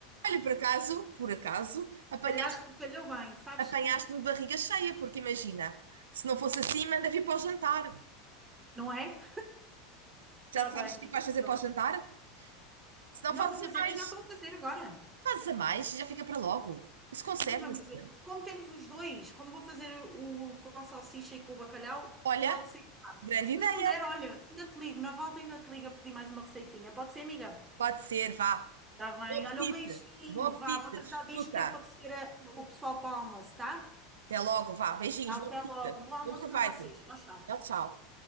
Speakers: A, on the right; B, on the right.
A: Olha, por acaso, por acaso, apanhaste,
B: Calhaste, calhou bem, sabes
A: apanhaste-me
B: que
A: de barriga cheia, porque imagina, se não fosse assim, manda vir para o jantar.
B: não é? Está
A: Já sabes
B: bem, amiga,
A: o que vais fazer
B: pronto.
A: para o jantar? Se não
B: Não
A: fazes
B: vou fazer,
A: a mais.
B: eu já estou a fazer agora.
A: Fazes a mais e já fica para logo. Isso conserva-se.
B: Hum, vamos ver. Como temos os dois, como vou fazer o com salsicha e com o bacalhau,
A: Olha,
B: pode ser.
A: grande
B: Se
A: ideia.
B: não der, olha, ainda te ligo, na volta ainda te ligo a pedir mais uma receitinha. Pode ser, amiga?
A: Pode ser, vá.
B: Está bem,
A: Bom apetite.
B: olha, um beijinho,
A: Bom apetite.
B: vá, vou tratar
A: Desfruta.
B: disto que é para receber a- o pessoal para o almoço, tá?
A: Até logo, vá. Beijinhos,
B: Tchau,
A: bom
B: até
A: apetite.
B: logo, um bom almoço
A: Bom proveito.
B: para vocês. Tchau, tchau.
A: Tchau, tchau.